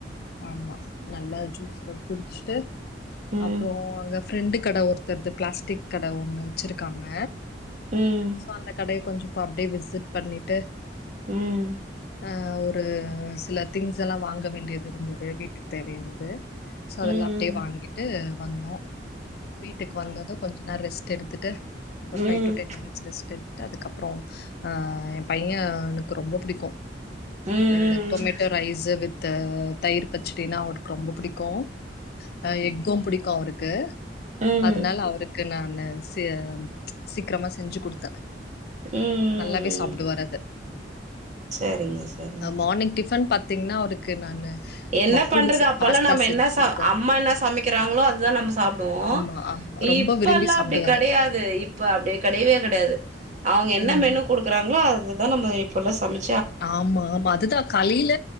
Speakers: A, on the left; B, on the right.
A: ஆமா நல்லா ஜூஸ்ல குடிச்சுட்டு
B: ம்
A: அப்புறோ அங்க ஃப்ரெண்டு கட ஒருத்த பிளாஸ்டிக் கட ஒண்ணு வெச்சிருக்காங்க
B: ம்
A: சோ அந்த கடைய கொஞ்சோ போய் அப்டியே விசிட் பண்ணிட்டு
B: ம்
A: அ ஒரு ஒரு சில திங்ஸ் எல்லா வாங்க வேண்டியது இருந்தது வீட்டுக்கு தேவையானது சோ அதெல்லா
B: ம்
A: அப்டியே
B: ம்
A: வாங்கிட்டு வந்தோ வீட்டுக்கு வந்தது கொஞ்ச நேர ரெஸ்ட் எடுத்துட்டு ஒரு
B: ம் ம்
A: ஃபைவ் டு டென் மினிட்ஸ் ரெஸ்ட் எடுத்துட்டு அதுக்கப்றோ ஆ பைய எனக்கு ரொம்ப புடிக்கு
B: ம்
A: இந்த டொமேட்டோ ரைஸு வித்து தயிர் பச்சடினா அவருக்கு ரொம்ப புடிக்கு அ எஃகு புடிக்கு அவருக்கு
B: ம்
A: அதுனால அவருக்கு நானு சிய சீக்ரமா செஞ்சு குடுத்தே
B: ம்
A: நல்லாவே சாப்டுவாரு
B: ம்
A: அது
B: சரிங்க சரிங்க
A: அ மார்னிங் டிஃபன் பாத் த்தீங்னா அவருக்கு நானு
B: என்ன
A: மக்ரூனி
B: பண்றது அப்போலா
A: பாஸ்தா
B: நம்ம
A: செஞ்சு
B: என்ன ச
A: குடுத்தே
B: அம்மா என்ன சமைக்கிறாங்களோ அதுதா நம்ம சாப்டுவோ
A: ஆமா, ஆமா. ரொம்ப
B: இப்பெல்லா
A: விரும்பி சாப்பிடுவாரு.
B: அப்டி கெடையாது இப்ப அப்டி கெடையவே கெடையாது அவ்ங்க என்ன
A: ம்ஹ்ம்.
B: மெனு குடுக்குறாங்ளோ அதுதா நம்ம இப்போலா சமச்
A: ஆமா ஆமா அதுதா காலையில